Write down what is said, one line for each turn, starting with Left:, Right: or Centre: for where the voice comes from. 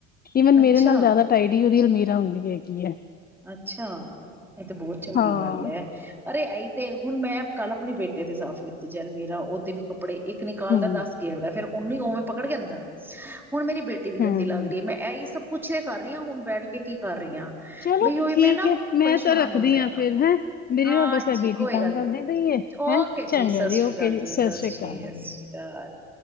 Left: ਈਵਨ
Centre: ਅੱਛਾ
Left: ਮੇਰੇ ਨਾਲ ਜਾਦਾ ਟਾਈਡੀ ਓਦੀ ਅਲਮੀਰਾ ਹੁੰਦੀ ਹੈਗੀ ਏ।
Centre: ਅੱਛਾ, ਇਹ ਤੇ ਬਹੁਤ ਚੰਗੀ
Left: ਹਾਂ
Centre: ਗੱਲ ਐ, ਅਰੇ ਐਈ ਤੇ ਹੁਣ ਮੈਂ ਕੱਲ ਆਪਣੇ ਬੇਟੇ ਦੀ ਸਾਫ਼ ਕੀਤੀ ਜੀ ਅਲਮੀਰਾ, ਉਹਦੇ ਵੀ ਕੱਪੜੇ ਇੱਕ ਨਿਕਾਲਦਾ
Left: ਹੂੰ
Centre: ਦੱਸ ਗੇਰਦਾ, ਫੇਰ ਉਹਨੂੰ ਉਵੇਂ ਪਕੜ ਕੇ ਅੰਦਰ, ਹੁਣ ਮੇਰੀ ਬੇਟੀ ਟੀ ਦੀ
Left: ਹੂੰ
Centre: ਗੰਦੀ ਲੱਗ ਰਹੀ ਹੈ, ਮੈਂ ਇਹੀ ਸਭ ਕੁੱਛ ਤੇ ਕਰ ਰਹੀ ਹਾਂ ਹੁਣ ਬੈਠ ਕੇ, ਕੀ ਕਰ ਰਹੀ ਹਾਂ
Left: ਚਲੋ
Centre: ਬਈ ਉਹੀ ਮੈਂ
Left: ਠੀਕ
Centre: ਨਾ
Left: ਹੈ ਮੈਂ
Centre: ਪਰੇਸ਼ਾਨ
Left: ਤਾਂ ਰੱਖਦੀ
Centre: ਹੁੰਦਾ ਹਾਂ,
Left: ਫਿਰ ਹੈਂ। ਮੇਰੀ
Centre: ਹਾਂਜੀ
Left: ਨਾ ਬਸ ਇਹ ਬੇਟੀ
Centre: ਕੋਈ
Left: ਤੰਗ
Centre: ਗੱਲ
Left: ਕਰਦੀ
Centre: ਨੀ
Left: ਪਈ ਹੈ
Centre: ਓਕੇ
Left: ਹੈਂ
Centre: ਜੀ
Left: ਚੰਗਾ
Centre: ਸਤਿ ਸ਼੍ਰੀ
Left: ਓਕੇ
Centre: ਅਕਾਲ ਜੀ ਸਤਿ
Left: ਸ੍ਰੀ
Centre: ਸ਼੍ਰੀ
Left: ਅਕਾਲ।
Centre: ਸਤਿ ਸ਼੍ਰੀ ਅਕਾਲ